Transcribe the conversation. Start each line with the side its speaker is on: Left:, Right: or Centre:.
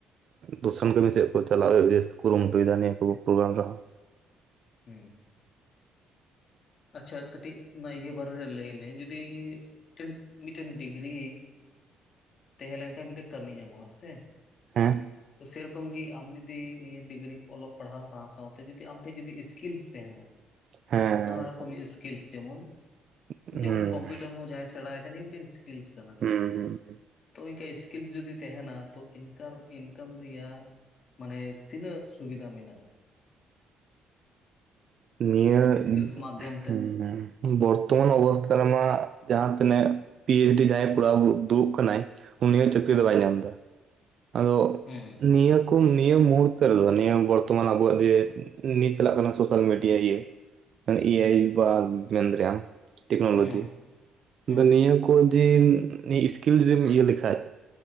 Right: ᱫᱚᱥᱚᱱ ᱠᱟᱹᱢᱤ ᱥᱮᱫ ᱠᱚ ᱪᱟᱞᱟᱜ ᱤᱥ ᱠᱩᱨᱩᱢᱩᱴᱩ ᱮᱫᱟ ᱱᱤᱭᱟᱹ ᱠᱚ ᱯᱨᱳᱜᱨᱟᱢ ᱨᱮᱦᱚᱸ ᱾
Left: ᱦᱩᱸ ᱾ ᱟᱪᱪᱷᱟ ᱠᱟᱹᱴᱤᱡ ᱚᱱᱟ ᱤᱭᱟᱹ ᱵᱟᱨᱮ ᱨᱮ ᱞᱟᱹᱭ ᱢᱮ ᱡᱩᱫᱤ ᱠᱤᱱᱼᱼ ᱢᱤᱫᱴᱮᱱ ᱰᱤᱜᱽᱨᱤ ᱛᱟᱦᱮᱸ ᱞᱮᱱ ᱠᱷᱟᱱ ᱢᱤᱫᱴᱮᱱ ᱠᱟᱹᱢᱤ ᱧᱟᱢᱚᱜᱼᱟ ᱥᱮ ᱾
Right: ᱦᱮᱸ ᱾
Left: ᱛᱚ ᱥᱮ ᱨᱚᱠᱚᱢ ᱜᱮ ᱟᱢ ᱡᱩᱚᱫᱤ ᱱᱤᱭᱟᱹ ᱰᱤᱜᱽᱨᱤ ᱚᱞᱚᱜ ᱯᱟᱲᱦᱟᱣ ᱥᱟᱶ ᱥᱟᱶ ᱛᱮ ᱡᱩᱫᱤ ᱟᱢ ᱴᱷᱮᱡ ᱡᱩᱫᱤ ᱥᱠᱤᱞᱥ ᱛᱟᱦᱮᱱᱟᱼᱼ
Right: ᱦᱮᱸ
Left: ᱱᱟᱱᱟ ᱨᱚᱠᱚᱢ ᱥᱠᱤᱞᱥ ᱡᱮᱢᱚᱱ,
Right: ᱦᱩᱸ
Left: ᱡᱮᱢᱚᱱ ᱠᱚᱢᱯᱩᱭᱩᱴᱟᱨ ᱦᱚᱸ ᱡᱟᱦᱟᱸᱭ ᱥᱮᱬᱟᱭ ᱮᱫᱟᱭ ᱱᱤᱭᱟ ᱢᱤᱫᱴᱤᱜ ᱼᱼ ᱥᱠᱞᱤᱥ ᱠᱟᱱᱟ
Right: ᱦᱩᱸ
Left: ᱥᱮ ᱾ ᱛᱚ ᱚᱱᱠᱟ ᱥᱠᱤᱞ ᱡᱩᱫᱤ ᱛᱟᱦᱮᱱᱟ ᱛᱚ ᱤᱱᱠᱟᱨ ᱤᱱᱠᱟᱢ ᱨᱮᱭᱟᱜᱼᱼ ᱢᱟᱱᱮ ᱛᱤᱱᱟᱹᱜ ᱥᱩᱵᱤᱫᱷᱟ ᱢᱮᱱᱟᱜᱼᱟ ᱾
Right: ᱱᱤᱭᱟᱹ
Left: ᱥᱠᱤᱞᱥ ᱢᱟᱫᱽᱫᱷᱚᱢ
Right: ᱦᱩᱸ
Left: ᱛᱮ
Right: ᱦᱮᱸ ᱾ ᱵᱚᱨᱛᱚᱢᱟᱱ ᱚᱵᱚᱥᱛᱷᱟ ᱨᱮᱢᱟ ᱡᱟᱦᱟᱸ ᱛᱤᱱᱟᱹᱜ ᱯᱤᱭᱮᱪ ᱰᱤ ᱡᱟᱦᱟᱸᱭ ᱠᱚᱨᱟᱣ ᱫᱩᱲᱩᱵ ᱠᱟᱱᱟᱭᱼᱼ ᱩᱱᱤᱭᱟᱜ ᱪᱟᱹᱠᱨᱤ
Left: ᱦᱩᱸ
Right: ᱫᱚ ᱵᱟᱭ ᱧᱟᱢ ᱮᱫᱟ ᱾ ᱟᱫᱚ
Left: ᱦᱩᱸ
Right: ᱱᱤᱭᱟᱹ ᱠᱚᱼᱼ ᱱᱤᱭᱚᱢ ᱢᱩᱦᱩᱨᱛᱚ ᱨᱮᱫᱚ ᱱᱤᱭᱟᱹ ᱵᱚᱨᱛᱚᱢᱟᱱ ᱟᱵᱚᱣᱟᱜ ᱡᱮ, ᱱᱤᱛ ᱪᱟᱞᱟᱜ ᱠᱟᱱᱟ ᱥᱳᱥᱟᱞ ᱢᱤᱰᱤᱭᱟ ᱤᱭᱟᱹ ᱾ ᱢᱟᱱᱮ ᱮᱭᱟᱭ
Left: ᱦᱩᱸ
Right: ᱮ ᱵᱟ ᱡᱚᱭᱮᱱ ᱫᱟᱨᱮᱭᱟᱜᱼᱟᱢ ᱾ ᱴᱮᱠᱱᱳᱞᱚᱡᱤ
Left: ᱦᱩᱸ ᱦᱩᱸ
Right: ᱫᱟ ᱱᱤᱭᱟᱹ ᱠᱚ ᱡᱮ ᱤᱥᱠᱤᱞᱼᱼ ᱮᱢ ᱤᱭᱟᱹ ᱞᱮᱠᱷᱟᱡ